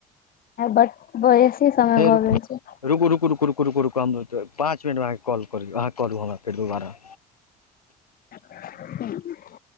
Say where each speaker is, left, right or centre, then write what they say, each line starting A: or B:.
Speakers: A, on the left; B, on the left.
A: बट बेसी समय
B: हे
A: भऽ
B: रुकू
A: गेल छै
B: रुकू रु रुक रुकू रकू रुू हम त पाँच मिनटमे अहके कॉल करौ अहाँ कह करू हमराे दोबारा
A: हूँ